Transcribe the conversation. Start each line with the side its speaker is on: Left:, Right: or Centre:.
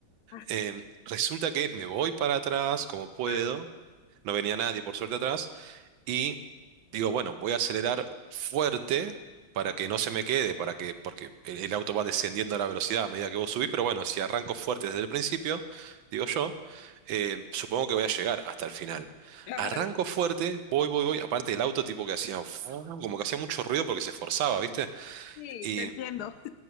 Left: Ah,
Right: Em, resulta que me voy para atrás como puedo,
Left: ah,
Right: no venía nadie por suerte atrás, y digo, bueno, voy a acelerar fuerte para que no se me quede, para que, porque el, el auto va descendiendo la velocidad a medida que vos subís, pero bueno, si arranco fuerte desde el principio, digo yo, eh, supongo que voy a llegar hasta el final.
Left: claro,
Right: Arranco fuerte, voy, voy, voy, aparte el auto tipo que hacía, <tsk> como que hacía mucho ruido porque se esforzaba, ¿viste?
Left: sí,
Right: Y
Left: te entiendo.